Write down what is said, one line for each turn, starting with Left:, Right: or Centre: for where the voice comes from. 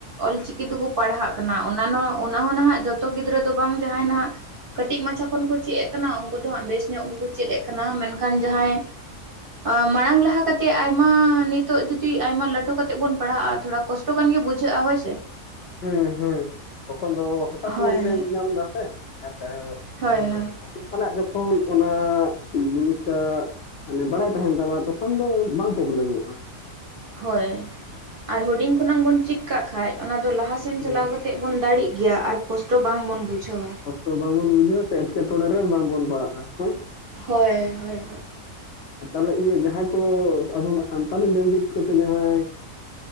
Right: ᱚᱞᱪᱤᱠᱤ ᱛᱮᱠᱚ ᱯᱟᱲᱦᱟᱜ ᱠᱟᱱᱟ᱾ ᱚᱱᱟ ᱚᱱᱟ ᱦᱚᱸ ᱱᱟᱦᱟᱜ ᱡᱚᱛ ᱡᱚᱛᱚ ᱜᱤᱫᱽᱨᱟᱹ ᱫᱚ ᱵᱟᱝ ᱡᱟᱦᱟᱸᱭ ᱱᱟᱦᱟᱜ ᱠᱟᱹᱴᱤᱡ ᱢᱟᱪᱷᱟ ᱠᱷᱚᱱ ᱠᱚ ᱪᱮᱫ ᱮ ᱠᱟᱱᱟ ᱩᱱᱠᱩ ᱫᱚ ᱦᱟᱸᱜ ᱵᱮᱥ ᱧᱚᱜ ᱜᱮ ᱠᱚ ᱪᱮᱫ ᱮᱫ ᱠᱟᱱᱟ, ᱢᱮᱱᱠᱷᱟᱱ ᱡᱟᱦᱟᱸᱭ ᱟᱸ ᱢᱟᱲᱟᱝ ᱞᱟᱦᱟ ᱠᱟᱛᱮᱜ ᱟᱭᱢᱟ ᱱᱤᱛᱚᱜ ᱡᱩᱫᱤ ᱟᱭᱢᱟ ᱞᱟᱹᱴᱩ ᱠᱟᱛᱮᱜ ᱵᱩᱱ ᱯᱟᱲᱦᱟᱜᱼᱟ᱾ ᱛᱷᱚᱲᱟ ᱠᱚᱥᱴ ᱴᱚ ᱜᱟᱱ ᱜᱮ ᱵᱩᱡᱷᱟᱹᱜᱼᱟ ᱦᱳᱭᱥᱮ᱾
Left: ᱦᱩᱸ ᱼᱦᱩᱸ ᱛᱚᱠᱷᱚᱱ ᱫᱚ ᱦᱚᱴᱟᱛ
Right: ᱦᱳᱭ
Left: ᱢᱮᱱᱛᱮᱢ ᱧᱟᱢ ᱫᱟ ᱟᱥᱮ ᱟᱨ
Right: ᱦᱳᱭ
Left: ᱡᱚᱠᱷᱚᱱ ᱫᱚ
Right: ᱦᱳᱭ
Left: ᱠᱷᱚᱱᱟᱜ ᱡᱚᱠᱷᱚᱱ ᱚᱱᱟ ᱡᱤᱱᱤᱥ ᱴᱟ ᱢᱟᱱᱮ ᱵᱟᱲᱟᱭ ᱛᱟᱦᱮᱱ ᱛᱟᱢᱟ ᱛᱚᱠᱷᱚᱱ ᱫᱚ ᱵᱟᱝ ᱯᱨᱚᱵᱞᱮᱢᱚᱜᱼᱟ᱾
Right: ᱦᱳᱭ ᱟᱨ ᱦᱩᱰᱤᱝ ᱠᱷᱚᱱᱟᱝ ᱵᱚᱱ ᱪᱮᱫ ᱠᱟᱜ ᱠᱷᱟᱱ ᱚᱱᱟ ᱫᱚ ᱞᱟᱦᱟ ᱥᱮᱱ
Left: ᱦᱩᱸ
Right: ᱪᱟᱞᱟᱣ ᱠᱟᱛᱮᱫ ᱵᱚᱱ ᱫᱟᱲᱮᱜ ᱜᱮᱭᱟ ᱟᱨ ᱠᱚᱥᱴᱚ ᱵᱟᱝ ᱵᱚᱱ ᱵᱩᱡᱷᱟᱹᱣᱟ᱾
Left: ᱛᱚ ᱵᱟᱝ ᱵᱚᱱ ᱵᱩᱡᱷᱟᱹᱣᱟ ᱥᱮ ᱮᱴᱠᱮᱴᱚᱬᱮ ᱨᱮ ᱵᱟᱝ ᱵᱚᱱ ᱯᱟᱲᱟᱜᱼᱟ, ᱦᱮᱸ᱾
Right: ᱦᱳᱭ ᱦᱳᱭ
Left: ᱛᱟᱦᱚᱞᱮ ᱤᱭᱟᱹ ᱡᱟᱦᱟᱸᱭ ᱠᱚ ᱟᱵᱚᱱᱟᱜ ᱥᱟᱱᱛᱟᱞᱤ ᱞᱮᱝᱜᱩᱭᱮᱡᱽ ᱠᱚ ᱛᱮ ᱡᱟᱦᱟᱸᱭ